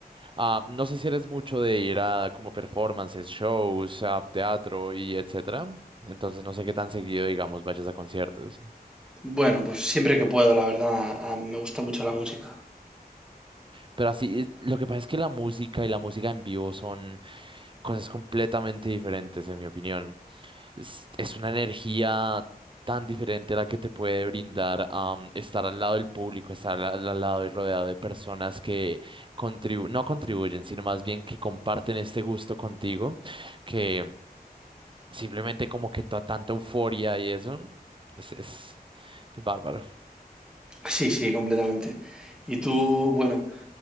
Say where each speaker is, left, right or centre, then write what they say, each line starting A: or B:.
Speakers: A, on the right (about 35°); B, in the centre.
A: Ah, no sé si eres mucho de ir a como performances, shows, a teatro y etcétera. Entonces no sé qué tan seguido, digamos, vayas a conciertos.
B: Bueno, pues siempre que puedo, la verdad, a- me gusta mucho la música.
A: Pero así, es- lo que pasa es que la música y la música en vivo son cosas completamente diferentes, en mi opinión. Es, es una energía tan diferente la que te puede brindar am, estar al lado del público, estar al, al lado y rodeado de personas que contribu no contribuyen, sino más bien que comparten este gusto contigo, que simplemente como que toda tanta euforia y eso, es, es, es bárbaro.
B: Sí, sí, completamente. Y tú, bueno,